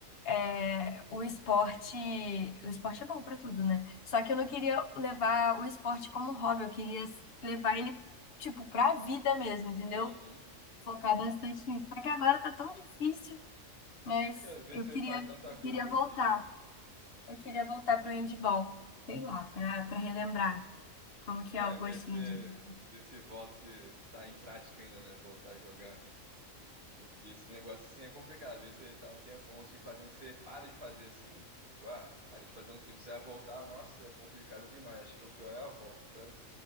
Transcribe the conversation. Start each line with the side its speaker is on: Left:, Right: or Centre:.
Left: é, o esporte, o esporte é bom pra tudo, né? Só que eu não queria levar o esporte como um hobby, eu queria levar ele, tipo, pra vida mesmo, entendeu?
Right: Uhum.
Left: Focar bastante nisso. Só que agora tá tão difícil, mas
Right: Porque às vezes
Left: eu
Right: você
Left: queria,
Right: faz tanta coisa
Left: queria
Right: no
Left: voltar.
Right: dia, né?
Left: Eu queria voltar pro handball, sei lá, pra, pra relembrar como que
Right: É,
Left: é o gostinho
Right: ver se
Left: de...
Right: se, se volta, se está em prática ainda, né? Voltar a jogar. Porque esse negócio assim é complicado. Às vezes você tá um tempão assim fazendo, você para de fazer assim, tipo, ah, para de fazer um tempo, você vai voltar, nossa, é complicado demais. Acho que é o pior é a volta, sabe?